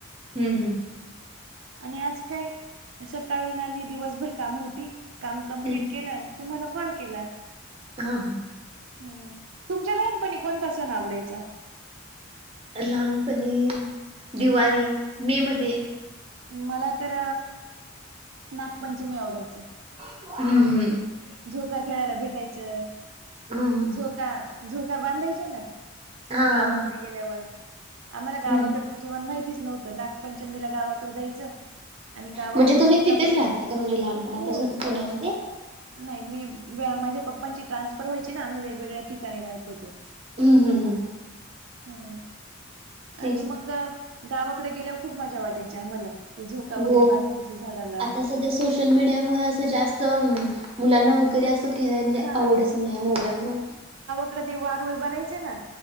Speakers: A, on the right; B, on the right.
A: ह, ह
B: आणि आज काय सकाळी ना दिवसभर काम होती काम कंम्प्लीट
A: हम्म
B: केलं तुम्हाला कॉल केला
A: हां
B: हं तुमच्या लहानपणी कोणता सण आवडायचा?
A: लहानपणी दिवाळी मे मध्ये
B: मला तर नागपंचमी आवडायचं
A: ह, ह
B: झोका खेळायला भेटायचं
A: हम्म
B: झो का झोका बांधायचे ना
A: हा
B: गावाकडे
A: हा हा
B: गेल्यावर आम्हाला
A: हम्म
B: गावाकडचं जीवन माहितीच नव्हतं नागपंचमीला गावाकडं जायचं आणि गावाकडे
A: म्हणजे तुम्ही
B: झोका
A: तिथेच राहताय का म्हणजे लहानपणापासून
B: हो
A: पुण्यामध्ये
B: नाही मी माझ्या पप्पांची ट्रान्सफर व्हायची ना आम्ही वेगवेगळ्या ठिकाणी राहत होतो
A: ह, ह, ह
B: हम्म
A: तेच
B: आणि
A: ना.
B: मंग गावाकडे गेल्यावर खूप मजा वाटायची आम्हाला ते झोका
A: हो
B: वगैरे बांधायचे झाडाला
A: आता सोशल मीडियामुळे जास्त मुलांना वगैरे असं खेळांची
B: हा
A: आवडच नाही मोबाईल मूळ
B: इकड ते वारूळ बनायचे ना